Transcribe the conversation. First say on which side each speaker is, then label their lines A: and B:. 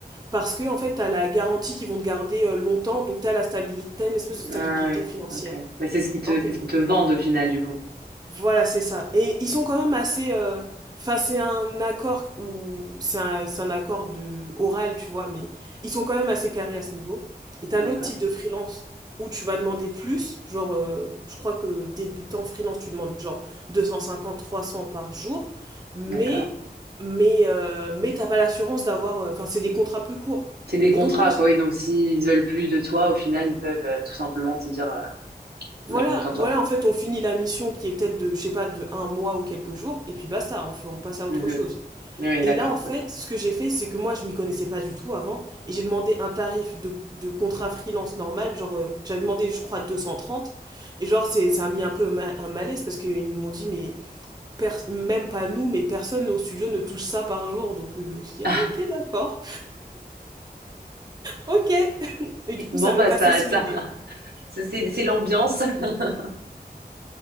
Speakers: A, on the right; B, on the right.
A: parce que en fait, tu as la garantie qu'ils vont te garder euh, longtemps, donc tu as la stabilité, t'as une espèce de stabilité
B: Ah oui,
A: financière.
B: ok. Mais c'est ce qui te,
A: Alors
B: c'est
A: que
B: ce qui te vendent au final, du coup.
A: voilà, c'est ça. Et ils sont quand même assez. euh, Enfin, c'est un accord où c'est un, c'est un accord de oral, tu vois, mais ils sont quand même assez carrés à ce niveau. Et t'as
B: D'accord,
A: l'autre type de freelance où tu vas demander plus, genre, euh, je crois que débutant freelance, tu demandes genre deux cent cinquante, trois cents par jour, mais
B: d'accord.
A: mais euh, mais t'as pas l'assurance d'avoir, euh, enfin, c'est des contrats plus courts.
B: C'est des contrats,
A: Et donc moi, j'ai-
B: quoi. Oui, donc s'ils veulent plus de toi, au final, ils peuvent euh, tout simplement te dire, euh,
A: voilà,
B: on n'a plus besoin de
A: voilà,
B: toi.
A: en fait, on finit la mission qui est peut-être de, je sais pas, de un mois ou quelques jours, et puis basta, on, f- on passe à
B: Mhm.
A: autre chose.
B: Oui, d'accord,
A: Et là, en fait,
B: ok.
A: ce que j'ai fait, c'est que moi, je m'y connaissais pas du tout avant, et j'ai demandé un tarif de, de contrat freelance normal, genre, euh, j'avais demandé, je crois, 230, et genre, c'est, ça a mis un peu ma- un malaise, parce qu'ils m'ont dit, mais pers- même pas nous, mais personne au studio ne touche ça par jour, donc euh, je dis,
B: <laughs>
A: ah ok, d'accord, ok, <laughs> et du coup,
B: Bon,
A: ça m'est
B: bah
A: passé
B: ça,
A: sous
B: ça,
A: le nez.
B: <laughs> c'est c'est- c'est l'ambiance. <laughs>